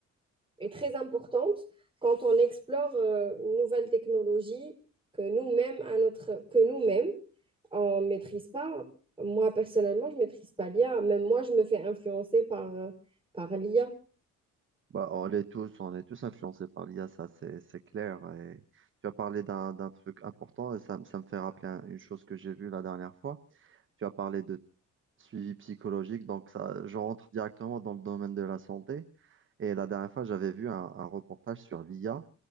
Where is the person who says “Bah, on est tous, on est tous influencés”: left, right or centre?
Right